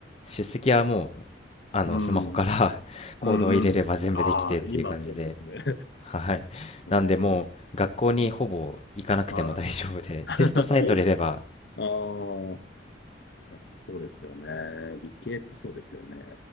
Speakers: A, on the left; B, on the left.
A: 出席はもう、あの、
B: うん。
A: スマホから <laughs> コードを入れれば全部できてっていう感じで、
B: うんうん。ああ、今そうなんですね。
A: はい。
B: <laughs> うん。
A: なんで、もう、学校にほぼ行かなくても大丈夫で、
B: はい。<laughs> あ
A: テストさえ取れれば、
B: あ、やっぱそうですよね。理系ってそうですよね。